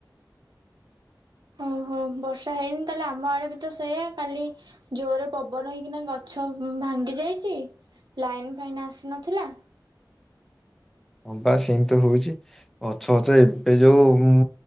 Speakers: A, on the right (about 70°); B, in the centre.
A: ଓହୋ ବର୍ଷା ହେଇନି ତାହାଲେ ଆମ ଆଡ଼େ ବି ତ ସେଇୟଆ କାଲି ଜୋରରେ ପବନ ହେଇକିନା ଗଛ ଭାଙ୍ଗି ଯାଇଚି ଲାଇନ ଫାଇନ୍ ଆସିନଥିଲା
B: ହଁ ପା ସେମିତି ହୋଉଚି ଗଛ ଫଛ ଏବେ ଯୋଉ